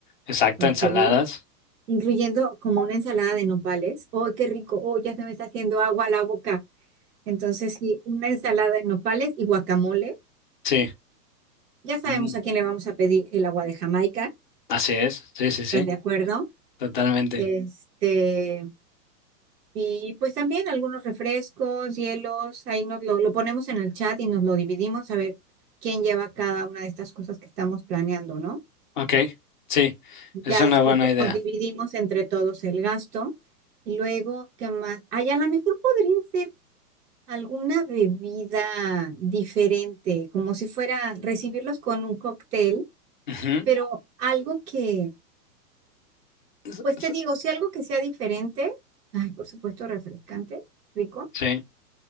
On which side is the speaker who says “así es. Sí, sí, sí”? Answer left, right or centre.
Left